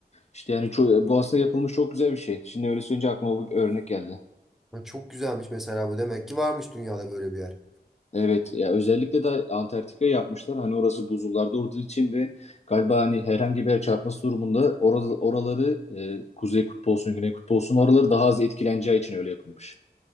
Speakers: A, on the left; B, in the centre.
A: İşte yani çok, Boğaz'da yapılmış çok güzel bir şey. Şimdi öyle söyleyince aklıma bir örnek geldi.
B: Ha, Çok güzelmiş mesela bu demek ki varmış dünyada böyle bir yer.
A: Evet ya özellikle de Antarktika yapmışlar. Hani orası buzullarda olduğu için ve galiba hani herhangi bir yer çarpması durumunda orada, oraları e, kuzey kutbu olsun, güney kutbu olsun oraları daha az etkileneceği için öyle yapılmış.